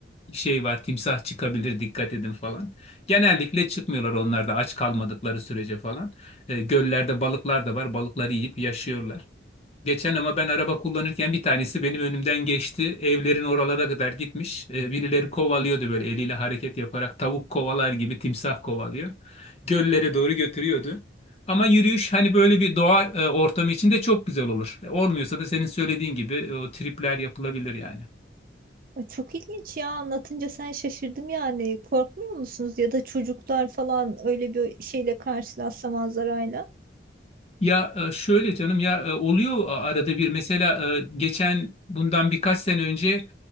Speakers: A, on the left; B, on the right.
A: şey var timsah çıkabilir dikkat edin falan. Genellikle çıkmıyorlar onlar da aç kalmadıkları sürece falan. E, göllerde balıklar da var balıkları yiyip yaşıyorlar. Geçen ama ben araba kullanırken bir tanesi benim önümden geçti. Evlerin oralara kadar gitmiş. E, birileri kovalıyordu böyle eliyle hareket yaparak tavuk kovalar gibi timsah kovalıyor. Göllere doğru götürüyordu. Ama yürüyüş hani böyle bir doğa e, ortamı içinde çok güzel olur. E, Olmuyorsa da senin söylediğin gibi e, o tripler yapılabilir yani.
B: çok ilginç ya anlatınca sen şaşırdım yani korkmuyor musunuz ya da çocuklar falan öyle bir şeyle karşılaşsa manzarayla?
A: Ya e, şöyle canım ya e, oluyor arada bir mesela e, geçen bundan birkaç sene önce